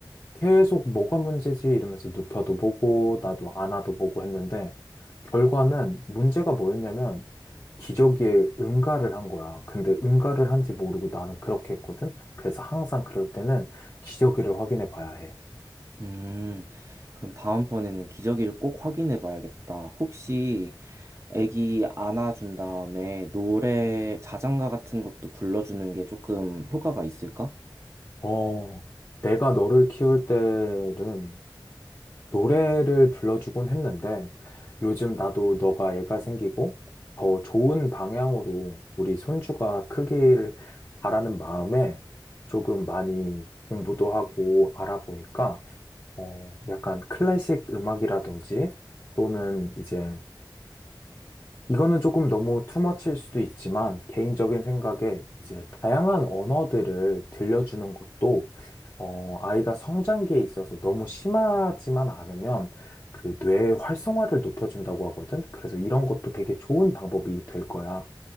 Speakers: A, on the left; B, on the right.
A: 계속 뭐가 문제지 이러면서 눕혀도 보고 나도 안아도 보고 했는데 결과는 문제가 뭐였냐면 기저귀에 응가를 한 거야. 근데 응가를 한지 모르고 나는 그렇게 했거든. 그래서 항상 그럴 때는 기저귀를 확인해 봐야 해.
B: 음, 그럼 다음번에는 기저귀를 꼭 확인해 봐야겠다. 혹시 애기 안아준 다음에 노래, 자장가 같은 것도 불러주는 게 조금 효과가 있을까?
A: 어, 내가 너를 키울 때는 노래를 불러주곤 했는데 요즘 나도 너가 애가 생기고 더 좋은 방향으로 우리 손주가 크길 바라는 마음에 조금 많이 공부도 하고 알아보니까 어, 약간 클래식 음악이라든지 또는 이제 이거는 조금 너무 투머치일 수도 있지만, 개인적인 생각에 이제 다양한 언어들을 들려주는 것도, 어, 아이가 성장기에 있어서 너무 심하지만 않으면 그 뇌의 활성화를 높여준다고 하거든? 그래서 이런 것도 되게 좋은 방법이 될 거야.